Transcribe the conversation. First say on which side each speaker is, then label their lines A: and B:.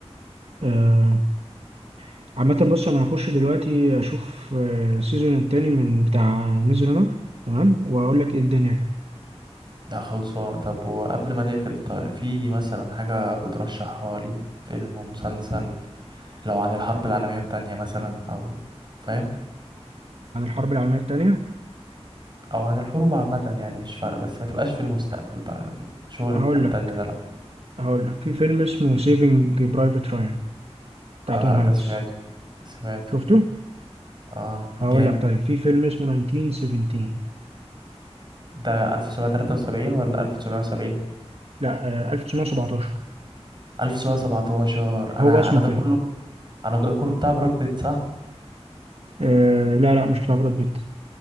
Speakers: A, on the right; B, on the right.
A: اشوفه عامة بص أنا هخش دلوقتي أشوف آه، السيزون التاني من بتاع ميز رانر تمام وأقول لك إيه الدنيا كده
B: لا خلصانه طب وقبل ما نقفل طيب في مثلا حاجة بترشحها لي فيلم ومسلسل لو عن الحرب العالمية التانية مثلا او فاهم
A: عن الحرب العالمية التانية
B: او عن الحروب عامة يعني مش فارقة بس ما تبقاش في المستقبل بقى شغل
A: هقول
B: الفانتازيا
A: لك
B: ده لا
A: هقول لك في فيلم اسمه سيفنج برايفت رايان بتاع
B: آه،
A: توم
B: لا
A: هانكس
B: ده سمعته سمعته
A: شفته؟
B: اه
A: هقول
B: جامد
A: لك طيب في فيلم اسمه 1917
B: ده 1973 ولا 1970
A: لا آه، 1917
B: 1917 انا
A: هو اسمه
B: انا ده
A: كده
B: كله انا ده كله بتاع براد بيت صح
A: آه لا لا مش بتاع براد بيت